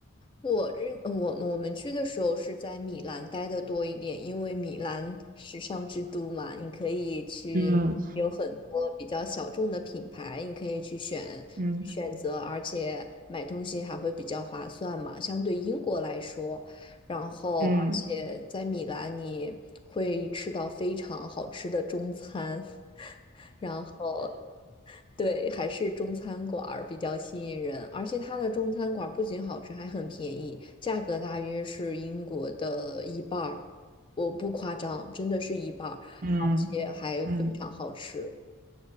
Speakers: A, on the left; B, on the right.
A: 我这我我们去的时候是在米兰待的多一点，因为米兰时尚之都嘛，你可以去有很多比较小众的品牌，
B: 嗯
A: 你可以去选选择，
B: 嗯
A: 而且买东西还会比较划算嘛，相对英国来说。然后，
B: 嗯
A: 而且在米兰你会吃到非常好吃的中餐，<laughs> 然后对，还是中餐馆儿比较吸引人，而且它的中餐馆儿不仅好吃，还很便宜，价格大约是英国的一半儿，我不夸张，真的是一半儿，
B: 嗯
A: 而且还非常好吃。
B: 嗯。